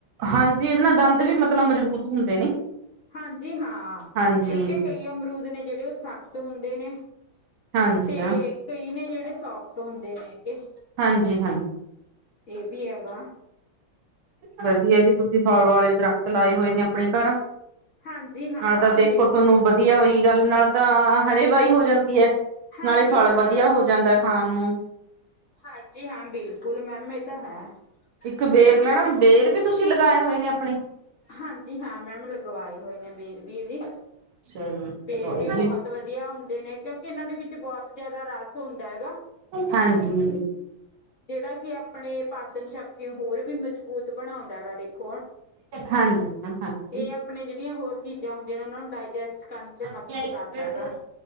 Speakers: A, on the right (about 75°); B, on the left (about 45°).
A: ਹਾਂਜੀ। ਜੀ ਇਹਦੇ ਨਾਲ ਦੰਦ ਵੀ ਮਤਲਬ ਮਜ਼ਬੂਤ ਹੁੰਦੇ ਨੇ
B: ਹਾਂਜੀ ਹਾਂ
A: ਹਾਂਜੀ
B: ਕਿਉਂਕਿ ਕਈ ਅਮਰੂਦ ਨੇ ਜਿਹੜੇ ਉਹ ਸਖਤ ਹੁੰਦੇ ਨੇ
A: ਹਾਂਜੀ
B: ਤੇ
A: ਮੈਮ
B: ਕਈ ਨੇ ਜਿਹੜੇ ਸੋਫਟ ਹੁੰਦੇ ਨੇ ਹੈਗੇ
A: ਹਾਂਜੀ ਹਾਂਜੀ
B: ਇਹ ਵੀ ਹੈਗਾਾ।
A: ਵਧੀਆ ਜੀ ਤੁਸੀਂ ਫਲ ਵਾਲੇ ਦਰਖਤ ਲਾਏ ਹੋਏ ਨੇ ਆਪਣੇ ਘਰ
B: ਹਾਂਜੀ ਹਾਂ
A: ਨਾਲ ਤਾਂ ਦੇਖੋ
B: ਬਿਲਕੁਲ
A: ਤੁਹਾਨੂੰ ਵਧੀਆ ਹੋਈ ਗੱਲ ਨਾਲੇ ਤਾਂ ਹਰੇ ਬਾਈ ਹੋ ਜਾਂਦੀ ਹੈ।
B: ਹਾਂਜੀ
A: ਨਾਲੇ ਫਲ
B: ਹਾਂ
A: ਵਧੀਆ ਹੋ ਜਾਂਦਾ ਖਾਣ ਨੂੰ
B: ਹਾਂਜੀ ਹਾਂ। ਬਿਲਕੁਲ ਮੈਮ ਇਹ ਤਾਂ ਹੈ।
A: ਇੱਕ ਬੇਰ
B: ਕਿਉਂਕਿ
A: ਮੈਡਮ ਬੇਰ ਵੀ ਤੁਸੀ ਲਗਾਏ ਹੋਏ ਨੇ ਆਪਣੇ
B: ਹਾਂਜੀ ਹਾਂ ਮੈਮ ਲਗਵਾਏ ਹੋਏ ਨੇ ਬੇਰ ਵੀ ਜੀ।
A: ਚਲੋ ਚਲੋ
B: ਬੇਰ
A: ਇਹ
B: ਵੀ ਬੋਹਤ ਵਧੀਆ ਹੁੰਦੇ ਨੇ ਕਿਉਂਕਿ ਏਨਾਂ ਦੇ ਵਿੱਚ ਬੋਤ ਜੈਦਾ ਰਾਸ਼ ਹੁੰਦਾ ਹੈਗਾ।
A: ਹਾਂਜੀ।
B: ਜਿਹੜਾ ਕਿ ਆਪਣੇ ਪਾਚਨ ਸ਼ਕਤੀ ਨੂੰ ਹੋਰ ਵੀ ਮਜ਼ਬੂਤ ਬਣਾਉਂਦਾ ਹੈਗਾ ਦੇ <inaudible>
A: ਹਾਂਜੀ ਮੈਮ ਹਾਂਜੀ,
B: ਏ ਆਪਨੇ ਜਿਹੜੀਆਂ ਹੋਰ ਚੀਜ਼ਾਂ ਹੁੰਦੀਆਂ ਨੇ ਉਨਾਂ ਨੂੰ ਡਾਇਜੈਸਟ ਕਰਨ ਚ
A: <unintelligible>
B: ਮਦਦ ਕਰਦਾ ਹੈਗਾ